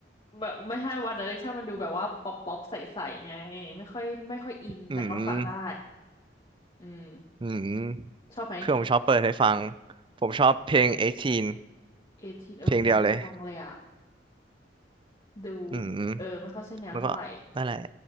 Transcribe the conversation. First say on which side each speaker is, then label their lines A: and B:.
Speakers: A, on the left; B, on the right.
A: แบบไม่ใช่วันอะไรชอบมันดูแบบว่าป๊อปป๊อปใสๆไงไม่ค่อยไม่ค่อยอินแต่ก็ฟังได้
B: อืม
A: อืม
B: อืม
A: ชอบไหม
B: เพื่อนผมชอบเปิดให้ฟังผมชอบเพลง18
A: เอทีนเออไม่เคยฟังเลยอ่ะ
B: เพลงเดียวเลย
A: ดู
B: อืม
A: เออไม่ค่อยใช่แนวเท่าไหร่
B: แล้วก็นั่นแหละ